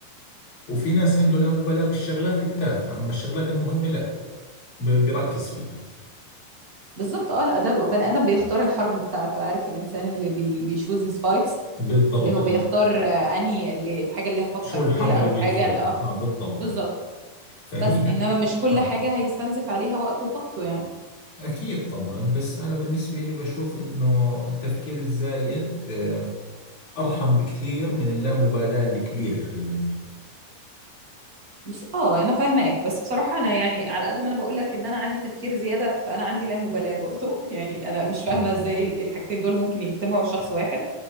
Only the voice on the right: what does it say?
بالظبط أه الأدب بني آدم بيختار الحرب بتاعته عارف الإنسان اللي بي... بيشوز هيز فايتس
اللي هو
بيختار آه، أنهي اللي... الحاجة اللي هفكر
فيها أو
الحاجة ال- اه
بالظبط
بس انما مش كل
حاجة هيستنزف عليها وقته وطاقته يعني
بس اه انا فاهماك بس بصراحة انا يعني على قد ما انا بقول لك ان انا عندي تفكير زيادة فانا عندي لا مبالاة برضه <laughs> يعني انا مش فاهمة
ازاي
الحاجتين دول ممكن يجتمعوا في شخص واحد